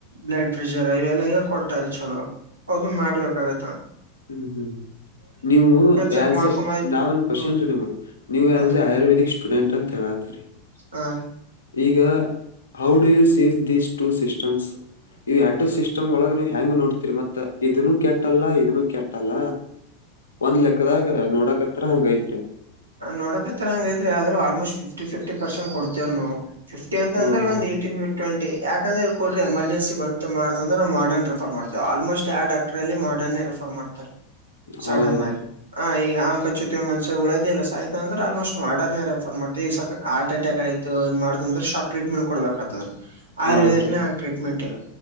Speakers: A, on the right (about 75°); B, on the left (about 70°).
A: ಬ್ಲಡ್ ಪ್ರೆಷರ್ ಇವೆಲ್ಲ ಕೊಡ್ತಾರೆ ಚಲೋ ಮಾಡ್ಬೇಕಾಗತ್ತಾ
B: ಹ್ಮ್ ಹ್ಮ್್ಮ ನೀವು
A: ಚೆಕ್
B: ಆಸ್
A: ಮಾಡ್ಕೊಂಬ
B: ಎ ನಾವ್ ಕ್ವಶನ್
A: ಹ್ಮ್
B: ನಿದು ನೀವು
A: ಹ
B: ಆಸ್ ಎ ಆಯುರ್ವೇದಿಕ್ ಸ್ಟೂಡೆಂಟ್ ಅಂತ ಹೇಳದು ಹರಿ
A: ಹಾ
B: ಈಗ how do you see these two systems ಇವು ಅಡ್ಡ ಸಿಸ್ಟಮ್ ಒಳ ನೀವ್ ಹೆಂಗ್ ನೋಡ್ತೀರಿ ಮತ್ತತ್ ಇದನ್ನು ಕೆಟ್ಟಲ್ಲ ಇದನ್ನು ಕೆಟ್ಟಲ್ಲ ಒಂದ್ ಲೆಕ್ಕದಾಗ ನೋಡಕತ್ರ ಹಂಗೈತ್ರಿ
A: ನೋಡಕ ಹತ್ರ ಹಂಗೈ್ರರಿ ಆದ್ರರು ಆಲ್ಮೋಸ್ಟ್ಫ್ಟಿ ಫ್ಟಿ ಪರ್ಸಂಟ್ ಕೊ ವು ಫ್ಟಿ ಅಂದ್ರ
B: ಓಹೋ
A: ಒ ಏ ಟ್ಂಟಿ ಯಾಕಂದ್ರೆ ಕೊಡ್ರಿ ಎಮರ್ಜನ್ ಬಂತ ಮಾಡತಂದ್ರ ಮಾಡರ್ನ್ ರೆಫರ್ ಮಾಡತೇವೆ ಆಲ್ಮೋಸ್ಟ್ ಯಾವ ಡಾಕ್ಟ್ರಲ್ಲಿ ಮಾಡಡನ್ ರೆಫರ್ ಮಾಡ್ತಾರೆ ಸಡನ್
B: ಹೌದ
A: ಆಗಿ ಆ ಈಗ ಹ್ ಕಚ್ಚೋತಿವಿ ಮನ್ಸ ಉಳ ಲ್ಲ್ ಅಂದ್ರೆ ಆಲ್ಮೋಸ್ಟ್ ಮಾಡರ್ೇ ರೆಫರ್ ಮಾಡ್ ಹಾರ್ ಅಟ್ಯಾಕ್ ಆಯತು ಮಾಡ ಅ್ರೆ ಶಾಕ್ ಟ್ರೀಟ್ಮಂಟ್ ಕೊ ತದ ಆಯುರ್ವೇದ
B: ಹೌದ್ರಿ
A: ಹಂಗ ಟ್ರೀಟ್ಮೆಂಟ್ ಇಲ್ಲ